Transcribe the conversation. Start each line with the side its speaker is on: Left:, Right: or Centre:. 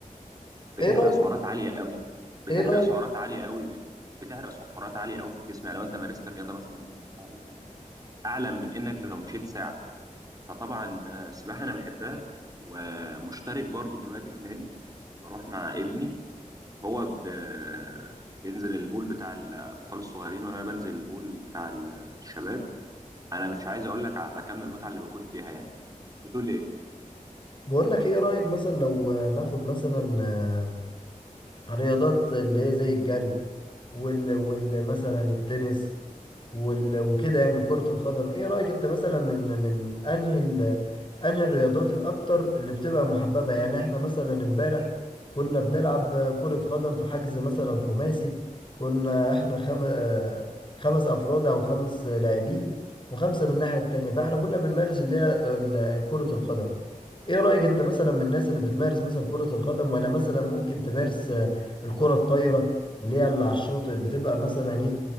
Right: بتحرق
Left: ايه رأيك
Right: سعرات عاليه قوي بتحرق
Left: ايه رأيك
Right: سعرات عاليه قوي ب- بتحرق سعرات عاليه قوي في الجسم يعني لو انت مارست الرياضه مثلا نص ساعه ولا حاجه اعلى من انك لو مشيت ساعه فطبعا آه، السباحه انا بحبها ومشترك برضو دلوقتي في نادي بروح مع ابني هو ب... بينزل البول بتاع الاطفال الصغيرين وانا بنزل البول بتاع الشباب انا مش عايز اقول لك على كم المتعه اللي بكون فيها يعني كنت تقول ايه
Left: بقول لك ايه رأيك مثلا لو آه، ناخد مثلا رياضات اللي هي زي الجري وال, وال مثلا التنس وال- وكده يعني وكرة القدم ايه رأيك انت مثلا من من انهي ال- انهي الرياضات الاكتر اللي بتبقى محببة يعني احنا مثلا امبارح كنا بنلعب كرة قدم في حجز مثلا خماسي كنا احنا خم... آه، خمس افراد او خمس لاعبين وخمسة من الناحية التانية فاحنا كنا بنمارس اللي هي ال- كرة القدم ايه رأيك انت مثلا من الناس اللي بتمارس مثلا كرة القدم ولا مثلا ممكن تمارس آه، الكرة الطايرة اللي هي اللي على الشاطئ بتبقى مثلا ايه